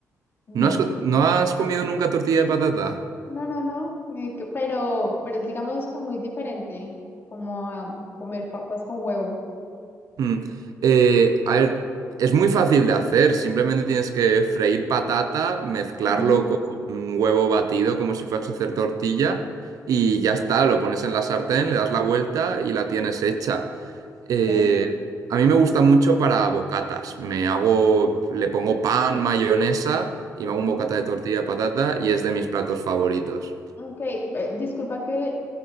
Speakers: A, on the left; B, on the right.
A: No.
B: ¿No has, co- no has comido nunca tortilla de patata?
A: No, no, no, eh, que- pero, pero es, digamos que muy diferente, como a comer papas con huevo.
B: Mm. Eh, a ver, es muy fácil de hacer, simplemente tienes que freír patata, mezclarlo
A: Ujú,
B: con un huevo batido como si fueras a hacer tortilla y ya está, lo pones en la sartén, le das la vuelta y la tienes hecha. Eh,
A: ok.
B: a mí me gusta mucho para bocatas, me hago, le pongo pan, mayonesa y me hago
A: Ujú.
B: un bocata de tortilla de patata y es de mis platos favoritos.
A: Ok, ve- disculpa que